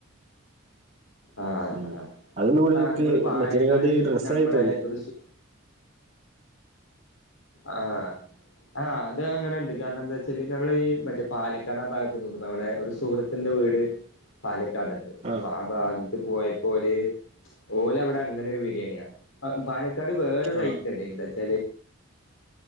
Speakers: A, on the left (about 85°); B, on the right (about 30°).
A: ആഹ്‌
B: ഉം
A: ആഹ്‌
B: അതൊന്നും കൂടി
A: ആഹ്‌
B: എനിക്ക്
A: ഞമ്മൾ പാലക്കാട്
B: മറ്റേനെക്കാട്ടി ഡ്രസ്സായി
A: നമ്മളെ
B: തോന്നി
A: ഒരു സു ആഹ് ആഹ്, അത് അങ്ങനെണ്ട്. കാരണം എന്താച്ചാല് നമ്മളെ ഈ മറ്റെ പാലക്കാട് ആ ഭാഗത്ത് നിന്ന് നമ്മളെ ഒരു സുഹൃ ത്തിന്റെ വീട് പാലക്കാട്ണ്ട്.
B: ആഹ്
A: അപ്പ ആ ഭാഗത്ത് പോയപ്പോല്, ഓലവിടെ അങ്ങനൊരു ബിരിയാണിയാ പ പാലക്കാട് വേറൊര്
B: ആഹ്
A: ഐറ്റണ്ട്. എന്താച്ചാല്